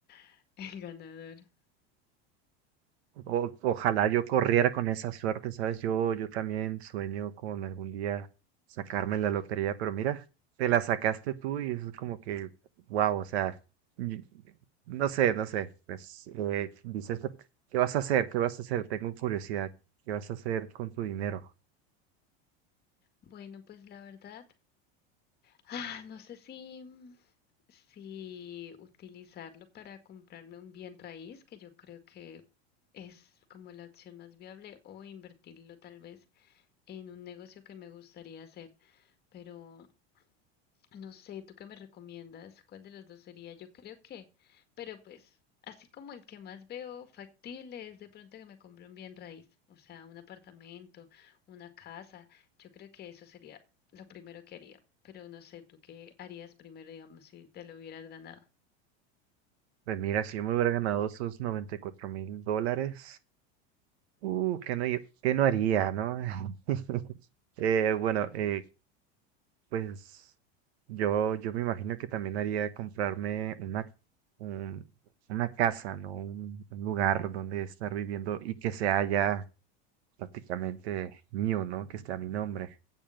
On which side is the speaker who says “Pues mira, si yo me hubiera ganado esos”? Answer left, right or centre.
Right